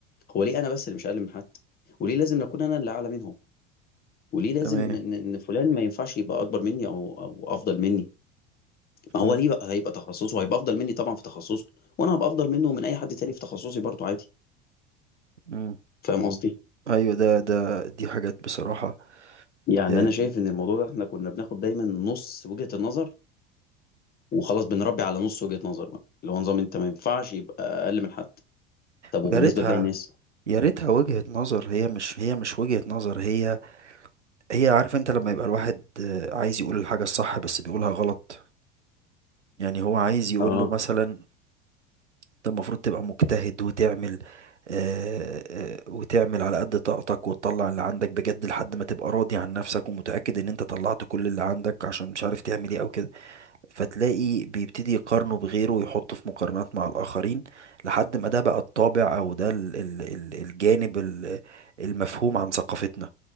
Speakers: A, on the left; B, on the right.
A: هو ليه انا بس اللي مش اقل من حد وليه لازم اكون انا اللي اعلى منهم وليه لازم
B: تمام
A: ان إن فلان ما ينفعش يبقى اكبر مني او او افضل مني ما
B: م-
A: هو ليه بقى هيبقى تخصصه هيبقى افضل مني طبعا في تخصصه وانا هبقى افضل منه ومن اي حد تاني في تخصصي برضه عادي
B: م.
A: فاهم قصدي
B: ايوه ده ده دي حاجات بصراحه
A: يعني
B: آه،
A: انا شايف ان الموضوع ده احنا كنا بناخد دايما نص وجهة النظر وخلاص بنربي على نص وجهة نظر بقى اللي هو نظام انت ما ينفعش يبقى اقل من حد طب
B: ويا
A: وبالنسبة
B: ريتها
A: لباقي الناس
B: يا ريتها وجهه نظر هي مش هي مش وجهه نظر هي هي عارف انت لما يبقى الواحد آه، عايز يقول الحاجه الصح بس بيقولها غلط يعني هو عايز يقول
A: اه
B: له مثلا انت المفروض تبقى مجتهد وتعمل آه، آه، وتعمل على قد طاقتك وتطلع اللي عندك بجد لحد ما تبقى راضي عن نفسك ومتاكد ان انت طلعت كل اللي عندك عشان مش عارف تعمل ايه او كده فتلاقي بيبتدي يقارنه بغيره ويحطه في مقارنات مع الآخرين لحد ما ده بقى الطابع أو ده ال ال ال الجانب ال- المفهوم عن ثقافتنا